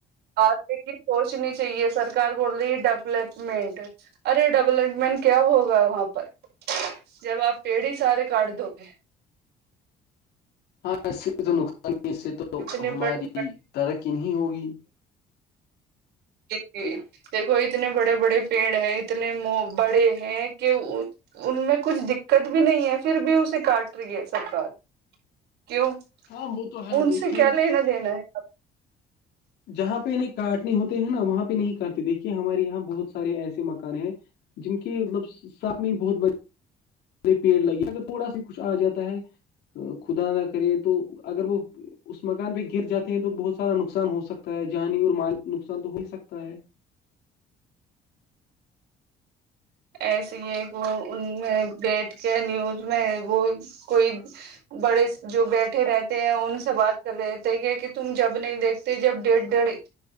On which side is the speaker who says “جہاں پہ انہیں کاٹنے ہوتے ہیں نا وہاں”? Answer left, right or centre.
Left